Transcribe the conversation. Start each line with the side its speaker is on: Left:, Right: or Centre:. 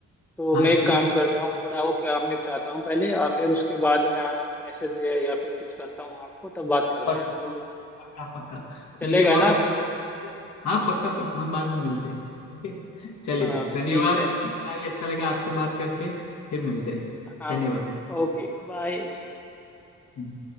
Centre: तो
Left: हाँ
Centre: मैं एक
Left: ठीक
Centre: काम करता हूँ थोड़ा वो काम निपटाता हूँ पहले और फिर उसके बाद मैं मैसेज या फिर कुछ करता हूँ आपको तब बात करते
Left: पक,
Centre: हैं हम लोग
Left: पक्का पक्का
Centre: चलेगा
Left: मिलके बहुत
Centre: ना
Left: अच्छा
Centre: आपको
Left: <laughs> हाँ पक्का पक्का हम बाद में मिलते हैं ठीक है चलिए
Centre: हाँ
Left: धन्यवाद
Centre: ठीक है
Left: बताइए अच्छा लगा आपसे बात करके फिर मिलते हैं
Centre: हाँ
Left: धन्यवाद
Centre: Okay bye
Left: हम्म।